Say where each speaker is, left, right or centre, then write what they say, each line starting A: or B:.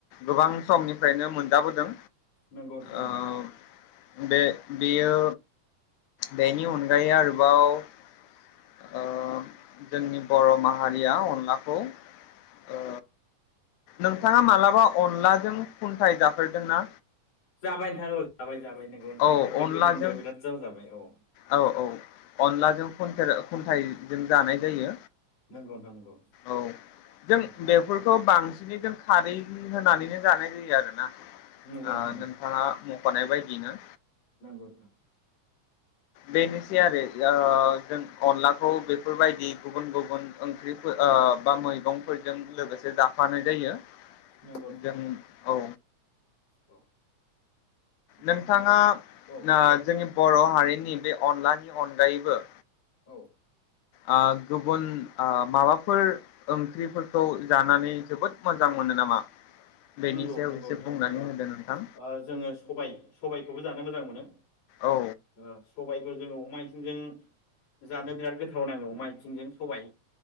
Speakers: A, on the left (about 85°); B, on the left (about 50°).
A: गोबां समनिफ्रायनो मोनजाबोदों
B: नोंगौ नोंथां नोंगौ
A: ओ बे बेयो बेनि अनगायै आरोबाव ओ जोंनि बर' माहारिया अनलाखौ ओ नोंथाङा मालाबा अनलाजों खुन्थाय जाफेरोदोंना
B: जाबाय नोंथा औ जाबाय जा बाय नोंगौ नोंथा
A: औ
B: ओन्दो
A: अनलाजों
B: गोदो ओन्दैयाव बिराद जावजाबाय औ
A: औ औ अनलाजों खुन्थोर खुन्थाइजों जानाय जायो
B: नंगौ नोंथां नंगौ
A: औ जों
B: उम
A: बेफोरखौ बां बिनिजों खारै होनानैनो जानाय जायो आरो ना
B: नंगौ
A: आ
B: नोंथां
A: नोंथाङा बानाय बायदिनो
B: नोंगौ नोंथां
A: बेनिसै
B: नंगौ
A: आरो या जों अनलाखौ बेफोरबायदि गुबुन गुबुन ओंख्रिफो ओ बा मैगंफोरजों लोगोसे जाफानाय जायो
B: नंगौ नोंथां
A: जों औ
B: औ बिदिनो
A: नोंथाङा ना
B: औ
A: जोंनि बर' हारि नि बे अनलानि अनगायैबो
B: औ
A: ओ गुबुन ओ माबाफोर ओंख्रिफोरखौ जानानै जोबोद मोजां मोनो नामा बेनि
B: नंगौ
A: सायाव
B: नंगौ
A: एसे
B: नोंथां
A: बुंनानै
B: ओ
A: होदो नोंथां
B: ओ जोङो सबाइ सबाइखौबो जानो मोजां मोनो
A: औ
B: ओ सबायखौ जोङो अमा आय आथिंजों जानो बिराद गोथाव नाङो अमा आइथिंजों सबाइ।